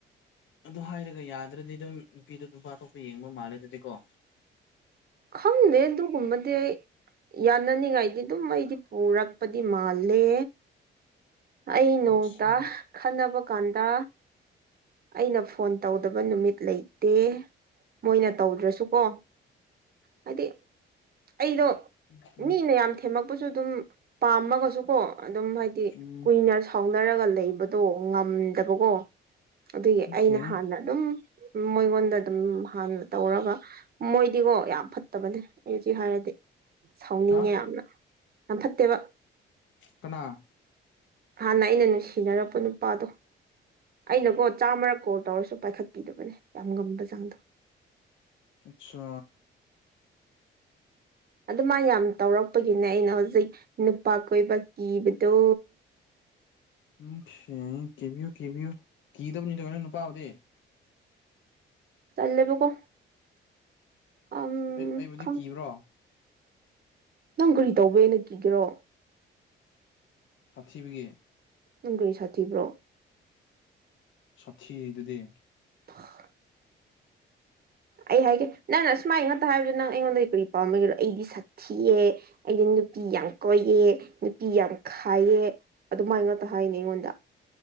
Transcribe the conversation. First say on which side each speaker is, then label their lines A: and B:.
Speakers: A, on the left; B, on the right.
A: ꯑꯗꯨ ꯍꯥꯏꯔꯒ ꯌꯥꯗ꯭ꯔꯗꯤ ꯑꯗꯨꯝ ꯅꯨꯄꯤꯗꯣ ꯅꯨꯄꯥ ꯑꯇꯣꯞꯄ ꯌꯦꯡꯕ ꯃꯥꯜꯂꯦ ꯑꯗꯨꯗꯤꯀꯣ
B: ꯈꯪꯗꯦ ꯑꯗꯨꯒꯨꯝꯕꯗꯤ ꯑꯩ ꯌꯥꯅꯅꯤꯡꯉꯥꯏꯗꯤ ꯑꯗꯨꯝ ꯑꯩꯗꯤ ꯄꯨꯔꯛꯄꯗꯤ ꯃꯥꯜꯂꯦ ꯑꯩ
A: ꯑꯆꯥ
B: ꯅꯣꯡꯇ ꯈꯠꯅꯕ ꯀꯥꯟꯗ ꯑꯩꯅ ꯐꯣꯟ ꯇꯧꯗꯕ ꯅꯨꯃꯤꯠ ꯂꯩꯇꯦ ꯃꯣꯏꯅ ꯇꯧꯗ꯭ꯔꯁꯨꯀꯣ ꯍꯥꯏꯗꯤ ꯑꯩꯗꯣ
A: ꯑꯣꯀꯦ
B: ꯃꯤꯅ ꯌꯥꯝ ꯊꯦꯝꯃꯛꯄꯁꯨ ꯑꯗꯨꯝ ꯄꯥꯝꯃꯒꯁꯨ ꯀꯣ ꯑꯗꯨꯝ ꯍꯥꯏꯗꯤ
A: ꯎꯝ
B: ꯀꯨꯏꯅ ꯁꯥꯎꯅꯔꯒ ꯂꯩꯕꯗꯣ ꯉꯝꯗꯕꯀꯣ ꯑꯗꯨꯒꯤ
A: ꯑꯣꯀꯦ
B: ꯑꯩꯅ ꯍꯥꯟꯅ ꯑꯗꯨꯝ ꯃꯣꯏꯉꯣꯟꯗ ꯑꯗꯨꯝ ꯍꯥꯟꯅ ꯇꯧꯔꯒ ꯃꯣꯏ ꯗꯤꯒꯣ ꯌꯥꯝ ꯐꯠꯇꯕꯅꯦ ꯑꯩ ꯍꯧꯖꯤꯛ ꯍꯥꯏꯔꯗꯤ ꯁꯥꯎꯅꯤꯡꯉꯦ
A: ꯍꯥ
B: ꯌꯥꯝꯅ ꯌꯥꯝ ꯐꯠꯇꯦꯕ
A: ꯀꯅꯥ
B: ꯍꯥꯟꯅ ꯑꯩꯅ ꯅꯨꯡꯁꯤꯅꯔꯛꯄ ꯅꯨꯄꯥꯗꯣ ꯑꯩꯅꯀꯣ ꯆꯥꯝꯃꯔꯛ ꯀꯣꯜ ꯇꯧꯔꯁꯨ ꯄꯥꯏꯈꯠꯄꯤꯗꯕꯅꯦ ꯌꯥꯝ ꯉꯝꯕ ꯆꯥꯡꯗ
A: ꯑꯁꯥ
B: ꯑꯗꯨꯃꯥꯏꯅ ꯌꯥꯝ ꯇꯧꯔꯛꯄꯒꯤꯅꯦ ꯑꯩꯅ ꯍꯧꯖꯤꯛ ꯅꯨꯄꯥ ꯀꯣꯏꯕ ꯀꯤꯕꯗꯣ
A: ꯎꯝ ꯊꯤꯅꯤ ꯀꯤꯕꯤꯌꯨ ꯀꯤꯕꯤꯌꯨ ꯀꯤꯗꯩꯕꯅꯤꯗꯣ ꯑꯗꯣ ꯅꯨꯄꯥꯕꯨꯗꯤ
B: ꯇꯜꯂꯦꯕꯀꯣ ꯑꯝ
A: ꯑꯩ ꯑꯩꯕꯨꯗꯤ
B: ꯈꯪꯗꯦ
A: ꯀꯤꯕ꯭ꯔꯣ
B: ꯅꯪ ꯀꯔꯤ ꯇꯧꯕꯩ ꯑꯩꯅ ꯀꯤꯒꯦꯔꯣ
A: ꯁꯥꯊꯤꯕꯒꯤ
B: ꯅꯪ ꯀꯔꯤ ꯁꯥꯊꯤꯕ꯭ꯔꯣ
A: ꯁꯥꯊꯤꯔꯤꯗꯨꯗꯤ
B: <unintelligible> ꯑꯩ ꯍꯥꯏꯒꯦ ꯅꯪ ꯑꯁꯨꯃꯥꯏꯅ ꯉꯥꯛꯇ ꯍꯥꯏꯕꯗꯣ ꯅꯪ ꯑꯩꯉꯣꯟꯗꯒꯤ ꯀꯔꯤ ꯄꯥꯝꯕꯒꯤꯔ ꯑꯩꯗꯤ ꯁꯥꯊꯤꯑꯦ ꯑꯩꯗꯤ ꯅꯨꯄꯤ ꯌꯥꯝ ꯀꯣꯏꯑꯦ ꯅꯨꯄꯤ ꯌꯥꯝ ꯈꯥꯏꯑꯦ ꯑꯗꯨꯃꯥꯏꯅ ꯉꯥꯇ ꯍꯥꯏꯅꯦ ꯑꯩꯉꯣꯟꯗ